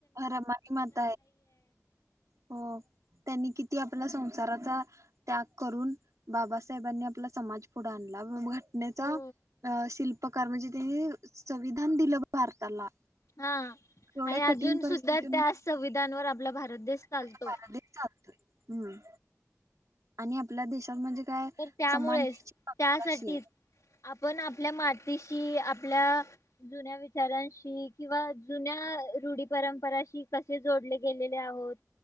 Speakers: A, on the right (about 75°); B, on the left (about 75°).
A: रमाई माता आहे हो त्यांनी किती ती आपल्या संसाराचा त्याग करून बाबासाहेबांनी आपला समाज पुढं आणला ण्याचा
B: हो
A: शिल उपकार म्हणजे त संविधान दिलं भारताला.
B: हा
A: एवढ्या
B: अ
A: कठीण
B: अजून
A: परिस्थितीतून
B: सुद्धा त्या संविधानवर आपला भारत देश चालतो.
A: भारत देश चालतोय हम्म आणि आपल्या देशात म्हणजे काय
B: तर त्यामुळेच
A: समानतेची बाब
B: त्यासाठीच
A: अशी आहे.
B: आपण आपल्या मा तिशी आपल्या जुन्या विचारांशी किंवा जुन्या रूढी परंपराशी कसे जोडले गेलेले आहोत.